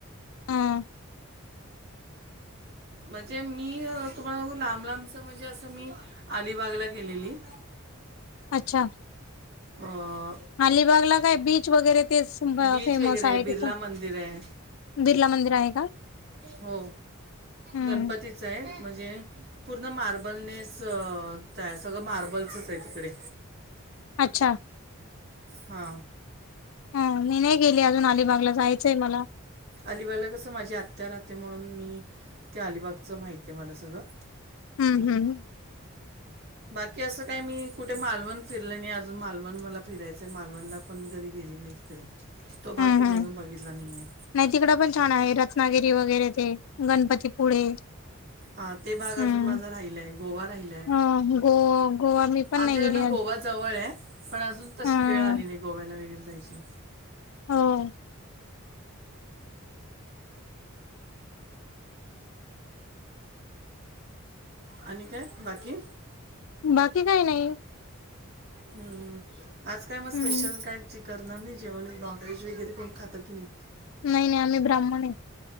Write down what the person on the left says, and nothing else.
हा
अच्छा
अलिबागला काय बीच वगैरे तेच
फेमस
आहे
तिथ
बिर्ला मंदिर आहे का
हम्म
अच्छा
हा मी नाही गेली अजून अलिबागला जायचंय मला
हम् हम्म ह
हम्म
हम्म
नाही तिकड पण छान आहे रत्नागिरी वगैरे ते गणपतीपुळे
हम्म.
ह गो गोवा मी पण
नाही गेली
अजून.
हा
हम
बाकी काय नाही
हम्म
नाही नाही आम्ही ब्राह्मण आहे